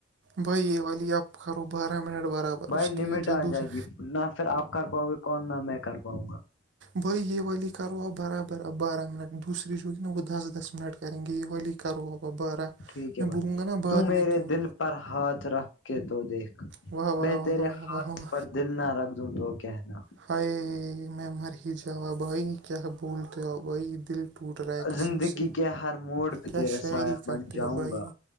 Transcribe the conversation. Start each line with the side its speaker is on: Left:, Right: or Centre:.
Right: بھائی یہ والی آپ کرو بارہ منٹ برابر
Left: بھائی
Right: اس
Left: لمٹ
Right: کی جو
Left: آ
Right: دوسری
Left: جائے گی نہ پھر آپ کر پاؤ گے کال نہ میں کر بؤ گ <inaudible>
Right: بھائی یہ و واللی کرو آب برابر اب بارہ منٹ دوسری جوگی نا وہ دس دس منٹ کریں گے یہ ویلی کرا ب بارہ
Left: ٹھیک
Right: میں
Left: ہے بھائی
Right: بلو گا نا بعد
Left: تو میرے
Right: میں کیونوں
Left: دل پر ہاتھ رکھ کے تو دیکھ
Right: واہ واہ
Left: میں
Right: واہ
Left: تیرے
Right: واہ
Left: ہاتھ
Right: واہ واہ
Left: پر دل نہ رکھ دوں تو کہنا
Right: ہائے میں مر ہی جاوا بھائی کیا بولتے آ بھائی دل ٹوٹ رہا ہے قسم
Left: زندگی
Right: سے
Left: کے ہر موڈ پہ
Right: کیا
Left: تیرے
Right: شاعری
Left: سایہ
Right: کرتے
Left: بن جاؤں
Right: ہو بھائی
Left: گا